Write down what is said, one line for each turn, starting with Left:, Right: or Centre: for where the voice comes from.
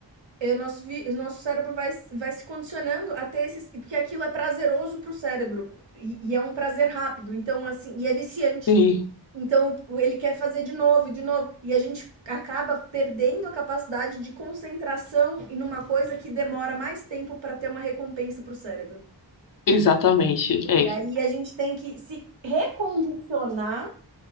Right: e o nosso, vi- o nosso cérebro vai, s- vai se condicionando a ter esses. Porque aquilo é prazeroso pro cérebro. E, e é um prazer rápido. Então, assim, e é viciante.
Left: Sim,
Right: Então, ele quer fazer de novo, de novo. E a gente acaba perdendo a capacidade de concentração em uma coisa que demora mais tempo para ter uma recompensa pro cérebro.
Left: exatamente. É.
Right: E aí a gente tem que se recondicionar